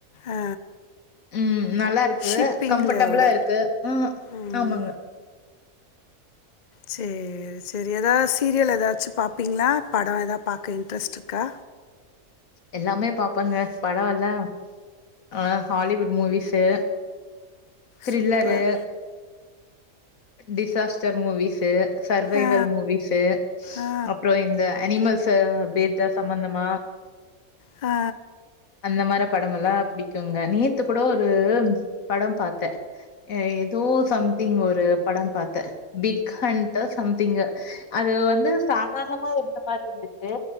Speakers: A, on the left; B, on the left.
A: ஆ
B: ம் நல்லாருக்கு
A: ஷிப்பிங்கோட.
B: கம்ஃபர்டபிளா இருக்கு ம்
A: ம்.
B: ஆமங்க
A: சே சேர் எதாது சீரியல் எதாச்சு பாப்பிங்களா படோ எதா பாக்க இன்ட்ரெஸ்ட் இருக்கா
B: எல்லாமே பாப்பங்க படோ இல்ல ஆ Hollywood movies thriller
A: super.
B: Disaster movies சர்வைவல்
A: ஆ,
B: மூவிஷு
A: ஆ, ஆ,
B: அப்பறோ இந்த அனிமல்ஸ் பேஸ்டா சம்பந்தமா
A: ஆ
B: அந்த மாரி படமெல்லா புடிக்குங்க நேத்து கூட ஒரு படம் பாத்தே ஏதோ சம்திங் ஒரு படம் பாத்த பிக்ஹன்ட்டோ சம்திங்கு அது வந்து சாதார்ணமா இருந்த மாதிரி இருந்துச்சு